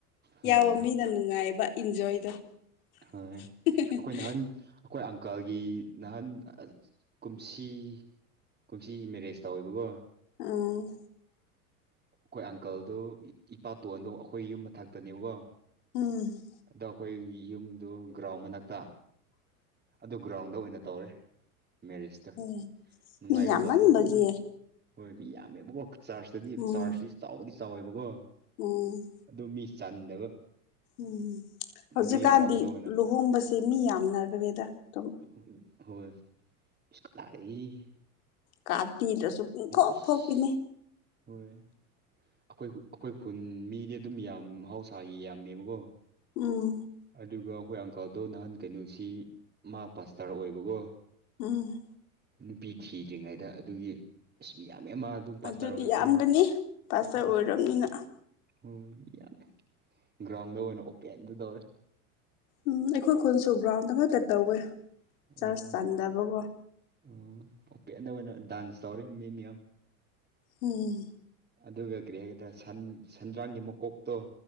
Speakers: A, on the right (about 20°); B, on the left (about 70°).
A: ꯍꯣꯏ
B: ꯌꯥꯎꯕ ꯃꯤꯅ ꯅꯨꯡꯉꯥꯏꯕ ꯏꯟꯖꯣꯏꯗꯣ
A: ꯍꯣꯏ
B: UNINTELLIGIBLE
A: ꯑꯩꯈꯣꯏ ꯅꯍꯥꯟ ꯑꯩꯈꯣꯏ ꯑꯪꯀꯜꯒꯤ ꯅꯍꯥꯟ ꯑ ꯀꯨꯝꯁꯤ ꯀꯨꯝꯁꯤ ꯃꯦꯔꯦꯖ ꯇꯧꯋꯦꯕꯀꯣ
B: ꯑꯪ
A: ꯑꯩꯈꯣꯏ ꯑꯪꯀꯜꯗꯣ ꯏ ꯏꯄꯥꯇꯣꯟꯗꯣ ꯑꯩꯈꯣꯏ ꯌꯨꯝ ꯃꯊꯛꯇꯅꯦꯕꯀꯣ
B: ꯎꯝ
A: ꯑꯗꯣ ꯑꯩꯈꯣꯏ ꯌꯨꯝꯗꯨ ꯒ꯭ꯔꯥꯎꯟ ꯃꯅꯥꯛꯇ ꯑꯗꯨ ꯒ꯭ꯔꯥꯎꯟꯗ ꯑꯣꯏꯅ ꯇꯧꯔꯦ ꯃꯦꯔꯤꯁꯇꯣ
B: ꯎꯝ
A: ꯅꯨꯡꯉꯥꯏꯕ
B: ꯃꯤ ꯌꯥꯝꯃꯟꯕꯒꯤ
A: ꯆꯥꯡꯗꯣ ꯎꯏ ꯍꯣꯏ ꯃꯤ ꯌꯥꯝꯃꯦꯕꯀꯣ ꯆꯥꯔꯖꯇꯗꯤ
B: ꯎꯝ
A: ꯆꯥꯔꯖꯇꯤ ꯆꯥꯎꯕꯗꯤ ꯆꯥꯎꯋꯦꯕꯀꯣ
B: ꯎꯝ
A: ꯑꯗꯨ ꯃꯤ ꯆꯟꯗꯕ
B: ꯎꯝ ꯍꯧꯖꯤꯛꯀꯥꯟꯗꯤ
A: ꯑꯗꯨꯒꯤ ꯒ꯭ꯔꯥꯎꯟꯗ ꯑꯣꯏꯅ
B: ꯂꯨꯍꯣꯡꯕꯁꯦ ꯃꯤ ꯌꯥꯝꯅꯈ꯭ꯔꯦꯗ ꯑꯗꯨꯝ
A: ꯍꯣꯏ ꯍꯣꯏ ꯏꯁ ꯀꯗꯥꯏ ꯏ
B: ꯀꯥꯠ ꯄꯤꯗꯔꯁꯨ ꯄꯨꯡꯊꯣꯛ
A: ꯏꯁ
B: ꯊꯣꯛꯄꯤꯅꯦ
A: ꯍꯣꯏ ꯑꯩꯈꯣꯏ ꯑꯩꯈꯣꯏ ꯈꯨꯟ ꯃꯤꯗꯤ ꯑꯗꯨꯝ ꯌꯥꯝ ꯃꯍꯧꯁꯥꯒꯤ ꯌꯥꯝꯃꯦꯕꯀꯣ
B: ꯎꯝ
A: ꯑꯗꯨꯒ ꯑꯩꯈꯣꯏ ꯑꯪꯀꯜꯗꯣ ꯅꯍꯥꯟ ꯀꯩꯅꯣꯁꯤ ꯃꯥ ꯄꯥꯁꯇꯥꯔ ꯑꯣꯏꯕꯒꯣ
B: ꯎꯝ
A: ꯅꯨꯄꯤ ꯊꯤꯗ꯭ꯔꯤꯉꯩꯗ ꯑꯗꯨꯒꯤ ꯑꯁ ꯃꯤ ꯌꯥꯝ ꯃꯥ ꯑꯗꯨꯝ ꯄꯥꯁꯇꯥꯔ
B: ꯑꯗꯨꯗꯤ
A: ꯑꯣꯏꯕꯅꯤꯅ
B: ꯌꯥꯝꯒꯅꯤ ꯄꯥꯁꯇꯔ
A: ꯍꯣꯏ
B: ꯑꯣꯏꯔꯕꯅꯤꯅ
A: ꯌꯥꯝꯃꯦ ꯍꯣꯏ ꯌꯥꯝꯃꯦ ꯒ꯭ꯔꯥꯎꯟꯗ ꯑꯣꯏꯅ ꯑꯣꯄꯦꯟꯗ ꯇꯧꯔꯦ
B: ꯎꯝ ꯑꯩꯈꯣꯏ ꯈꯨꯟꯁꯨ ꯒ꯭ꯔꯥꯎꯟꯗ ꯉꯥꯛꯇ ꯇꯧꯋꯦ ꯆꯔꯆ
A: ꯑꯣ
B: ꯆꯟꯗꯕꯀꯣ
A: ꯑꯣ ꯑꯣꯄꯦꯟꯗ ꯑꯣꯏꯅ ꯗꯥꯟꯁ ꯇꯧꯔꯤ ꯃꯤ ꯃꯌꯥꯝ
B: ꯎꯝ
A: ꯑꯗꯨꯒ ꯀꯔꯤ ꯍꯥꯏꯒꯗꯔ ꯁꯟ ꯁꯦꯟꯗ꯭ꯔꯥꯡꯒꯤ ꯃꯀꯣꯛꯇꯣ